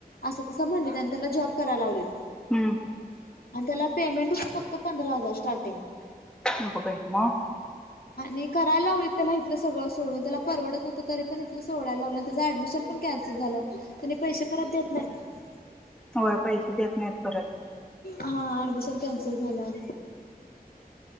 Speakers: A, on the left; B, in the centre.
A: असं तसं म्हणलीत आणि त्याला जॉब करायला लावलीत.
B: हम्म.
A: आणि त्याला पेमेंट होतं फक्त पंधरा हजार स्टार्ट
B: अग बई मग?
A: आणि करायला लावलीत त्याला इथलं सगळं सोडून. त्याला परवडत नवतं तरी पण इथलं सोडायला लावलं, आणि त्याचं ऍडमिशन पण कॅन्सल झालं. त्यानी पैसे परत देत नाहीत.
B: होय पैसे देत नाहीत परत.
A: हा ऍडमिशन कॅन्सल झालं.